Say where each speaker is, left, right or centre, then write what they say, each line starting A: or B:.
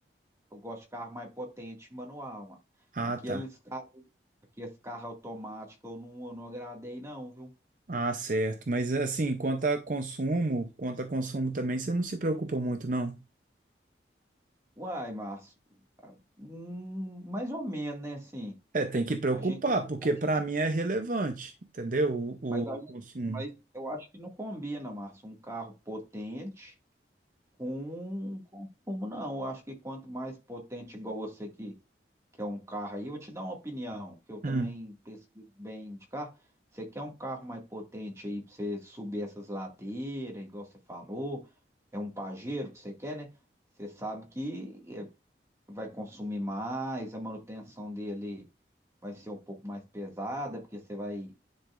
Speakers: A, on the right (about 15°); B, on the right (about 50°).
A: Eu gosto de carro mais potente, manual, mano.
B: Ah,
A: Aqueles
B: tá.
A: carros, aqueles carros automáticos eu não, eu não agradei, não, viu?
B: Ah, certo. Mas assim, quanto a consumo, quanto a consumo também, você não se preocupa muito, não?
A: Uai, Márcio, hum, mais ou menos, né, assim,
B: É, tem que preocupar,
A: a gente,
B: porque
A: a
B: para
A: gente,
B: mim é relevante, entendeu? O,
A: mas, a gente-
B: o consumo.
A: mas eu acho que não combina, Márcio, um carro potente com com consumo, não, eu acho que quanto mais potente igual você que que é um carro aí, eu vou te dar uma opinião, que eu também
B: Hum.
A: pesquiso bem de carro. Você quer um carro mais potente aí para você subir essas ladeiras, igual você falou? É um Pajero que você quer, né? Você sabe que eh, vai consumir mais, a manutenção dele vai ser um pouco mais pesada, porque você vai